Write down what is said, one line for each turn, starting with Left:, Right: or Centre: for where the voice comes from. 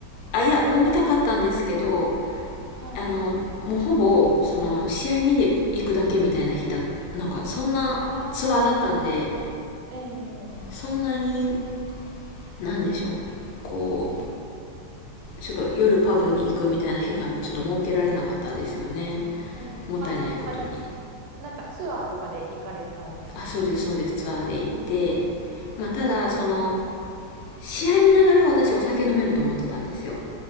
Left: あいや飲みたかったんですけど
Right: あ、いやいや。はい。
Left: あのもうほぼその試合見に行くだけみたいな日だなんかそんなツアーだったんで
Right: ああ、ええ
Left: そんなになんでしょうこちょっと夜パブに行くみたいな日がちょっと設けられなかったんですよね。
Right: ええあ、
Left: もったいないことに。
Right: あ、なんかツアーとかで行かれたんですか
Left: あ、そうです、そうです、ツアーで行って。
Right: あ、
Left: まあ、ただ、
Right: はい。
Left: その、試合見ながら私お酒飲めると思ってたんですよ。